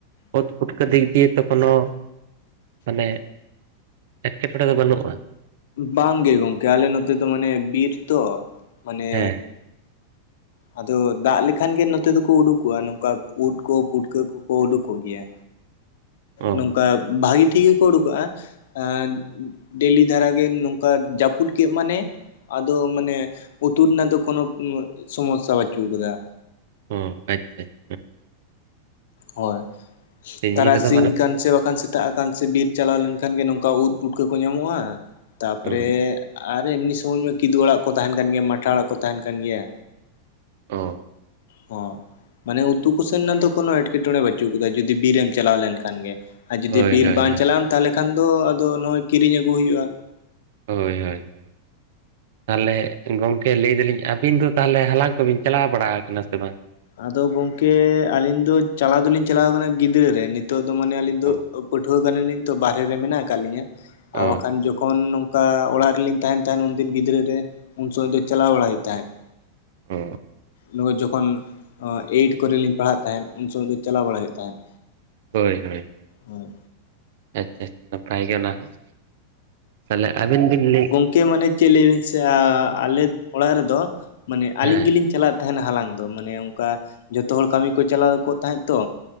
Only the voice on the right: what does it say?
ᱩᱫ ᱯᱩᱴᱠᱟᱹ ᱫᱤᱠ ᱫᱤᱭᱮ ᱛᱚ ᱠᱳᱱᱳ ᱢᱟᱱᱮ ᱮᱴᱠᱮᱴᱚᱬᱮ ᱫᱚ ᱵᱟᱹᱱᱩᱜᱼᱟ?
ᱦᱮᱸ
ᱚ
ᱚᱻ ᱟᱪᱪᱷᱟ ᱟᱪᱪᱷᱟ᱾
ᱥᱤᱡᱤᱱ
ᱨᱮᱫᱚ ᱢᱟᱱᱮ
ᱚ
ᱚ
ᱦᱳᱭ
ᱦᱳᱭ
ᱦᱳᱭ
ᱦᱳᱭ ᱦᱳᱭ᱾ ᱛᱟᱦᱚᱞᱮ ᱜᱚᱝᱠᱮ ᱞᱟᱹᱭ ᱫᱟᱞᱤᱧ, ᱟᱹᱵᱤᱱ ᱫᱚ ᱛᱟᱦᱚᱞᱮ ᱦᱟᱞᱟᱝ ᱠᱚᱵᱤᱱ ᱪᱟᱞᱟᱣ ᱵᱟᱲᱟ ᱟᱠᱟᱱᱟ ᱥᱮ ᱵᱟᱝ?
ᱦᱮᱸ
ᱚ
ᱚ
ᱦᱳᱭ ᱦᱳᱭ,
ᱟᱪᱪᱷᱟ ᱟᱪᱪᱷᱟ ᱱᱟᱯᱟᱭ ᱜᱮ ᱚᱱᱟ ᱦᱚᱸ᱾ ᱛᱟᱦᱞᱮ ᱟᱹᱵᱤᱱ ᱵᱤᱱ ᱞᱟᱹᱭ
ᱦᱮᱸ